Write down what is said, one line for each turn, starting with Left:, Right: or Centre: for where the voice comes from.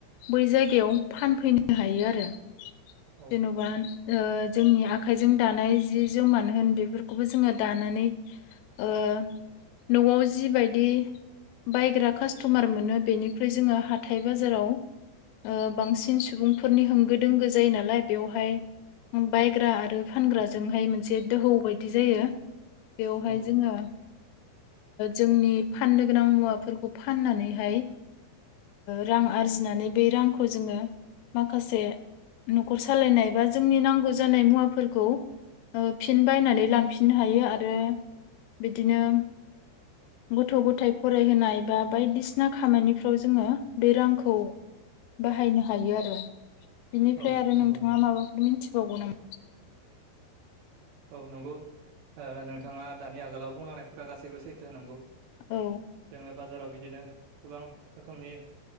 Left: बै जायगायाव फानफैनो हायो आरो।
Right: औ
Left: जेन'बा जोंनि आखाइजों दानाय जि -जोमानो होन बेफोरखौबो जोङो दानानै ओ न'आव जिबायदि बायग्रा कास्ट'मार मोनो बेनिख्रुइ जोङो हाथाय बाजाराव ओ बांसिन सुबुंफोरनि होंगो दोंगो जायो नालाय बेवहाय बायग्रा आरो आरो फानग्राजोंहाय मोनसे दोहौ बायदि जायो बेयावहाय
Right: नंगौ
Left: जोङो जोंनि फाननो गोनां मुवाफोरखौ फाननानैहाय रां आरजिनानै बे रांखौ जोङो माखासे न'खर सालायनाय बा जोंनि नांगौ जानाय मुवाफोरखौ फिन बायनानै लांफिननो हायो आरो बिदिनो गथ' गथाय फरायहोनाय बा बायदिसिना खामानिफ्राव जोङो बे रांखौ
Right: <inaudible>
Left: बाहायनो हायो आरो। बिनिफ्राय
Right: औ
Left: आरो
Right: नंगौ
Left: नोंथाङा
Right: नोंथां
Left: माबाफोर मिथिबावगौ नामा?
Right: औ नंगौ नोंथाङा दानि आगोलाव बुंलांनायफोरा गासैबो सैथो नंगौ।
Left: औ
Right: जोङो बाजाराव बिदिनो गोबां रोखोमनि